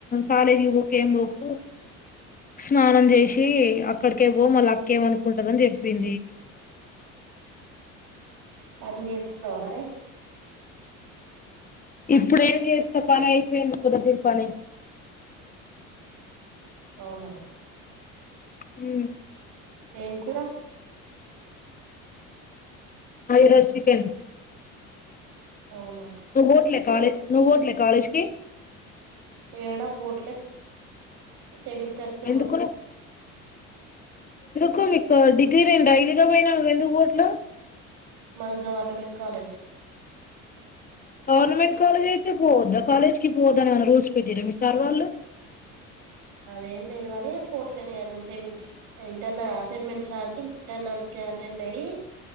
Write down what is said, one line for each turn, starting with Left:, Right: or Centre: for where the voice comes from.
Left: కాలేజీ కి పోకు ఏం పోకు స్నానం చేసి అక్కడికే పో మళ్ళ అక్కేమనుకుంటాదని చెప్పింది
Right: పని చేసుకోవా మరి
Left: ఇప్పుడేం చేస్తా పని అయిపోయింది పొద్దటి పని
Right: అవునా
Left: ఉమ్,
Right: ఏం కూర
Left: ఈరోజు చికెన్
Right: అవునా
Left: ను పోవట్లే కాలేజ్ నువ్వు పోవట్లే కాలేజ్కి
Right: ఏడా పోట్లే సెమిస్టర్స్ కే
Left: ఎందుకు
Right: పోత
Left: కో మీకు డిగ్రీ రేం డైలీగా పోయినా నువ్ ఎందుకు పోవట్లు
Right: మాది గవర్నమెంట్ కాలేజ్
Left: గవర్నమెంట్ కాలేజ్ అయితే పోవద్దా కాలేజ్ కి పోవద్దని ఏమైనా రూల్స్ పెట్టిర్రా మీ సార్ వాళ్ళు
Right: అదేం లేదు గాని పోవట్లే <unintelligible> ఇంటర్నల్ అసైన్మెంట్స్ రాసి ఇంటర్నల్స్ కి అటెండ్ అయి